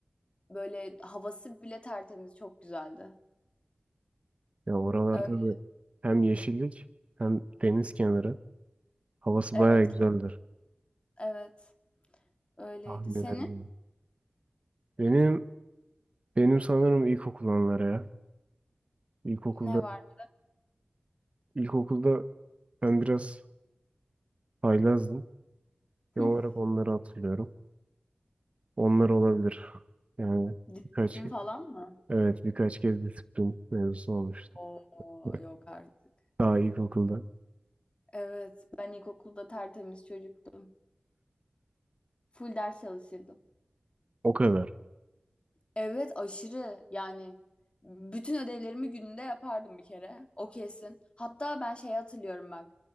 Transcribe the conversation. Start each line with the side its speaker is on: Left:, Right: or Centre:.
Left: Böyle havası bile tertemiz, çok güzeldi.
Right: Ya oralarda
Left: Öyle,
Right: da hem yeşillik hem deniz kenarı. Havası
Left: evet,
Right: bayağı güzeldir.
Left: evet. Öyleydi.
Right: Tahmin
Left: Senin
Right: ederim. Benim benim sanırım ilkokul anları ya. İlkokulda
Left: ne var?
Right: ilkokulda ben biraz haylazdım. Genel
Left: <laughs>
Right: olarak onları hatırlıyorum. Onlar olabilir. Yani
Left: Disiplin
Right: birkaç kez
Left: falan mı?
Right: evet birkaç kez disiplin mevzusu olmuştu.
Left: Oo, yok
Right: <laughs>
Left: artık.
Right: Daha ilkokulda.
Left: Evet, ben ilkokulda tertemiz çocuktum. Full ders çalışırdım.
Right: O kadar.
Left: Evet aşırı yani bütün ödevlerimi gününde yapardım bir kere o kesin. Hatta ben şey hatırlıyorum bak